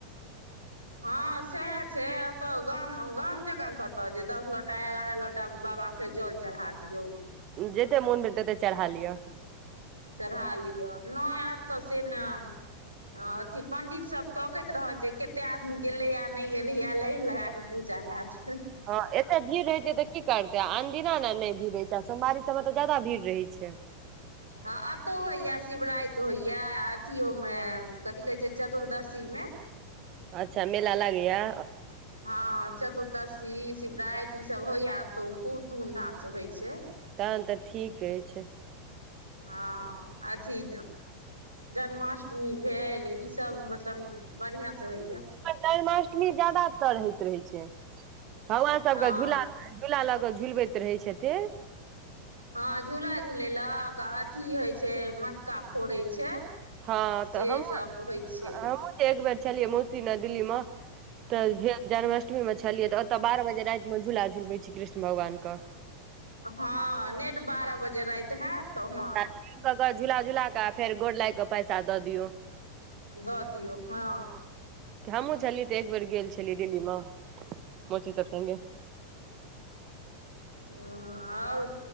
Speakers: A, on the right; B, on the right.
A: हँ सएह छै एतऽ गाम गाम जकाँ कतऽ जे दस लोटा एगारह लोटा बाबा। जल चरहा दीयौ।
B: जेते मोन भेल तते चढ़ा लिअ।
A: चढ़ा लिअ नय अतऽ से नय हँ अथी पंडित सब तकैत रहत जे कतेक आदमी गेलैए नय गेलैये लाइन लगा क। पूजा हैत।
B: हँ एते भीड़ रहै छै तऽ की करतै आ अन दिना ने नय भीड़ रहै छै आ सोमवारी सबमे तऽ जादा भीड़ रहै छै।
A: हँ अतौ होइये शिवराति होइये अथियो मे कथि कहै छै चतुर्दशी मे। <inaudible>
B: अच्छा मेला लागैये
A: हँ चतुर्दशी शिवराति ई सब होइया अतउ खूब धूम धाम से होइ छै।
B: तहन तऽ ठीक अछि।
A: हँ अथी जन्माष्टमी भेल ई। तब मतलब बढ़ियाँ से होइए।
B: जन्माष्टमी जादातर होइत रहै छै भगवान सबके
A: हँ
B: झूला। झूला लऽ कऽ झुलबैत रहै छथिन।
A: हँ झूला झूलेलक अथि होइ छै मटका फोड़ै छै।
B: हँ
A: से
B: तऽ हमहूँ
A: सब होइ छै।
B: हमहूँ एक बेर छलिये मौसी लग दिल्लीम। तऽ जन्माष्टमी मे छलियै तऽ ओतऽ बारह बजे राति मे झूला झुलबै छी कृष्ण भगवान कऽ
A: हँ नेट बारह बजे राति हैत तहन।
B: कऽ कऽ झूला झुला कऽ फेर गोर लागि कऽ पैसा दऽ दियौ।
A: दऽ दियौ हँ।
B: हमहुँ छलियै तऽ एक बेर गेल छलिय दिल्ली मऽ मौसी सब संगे।
A: ओ आओर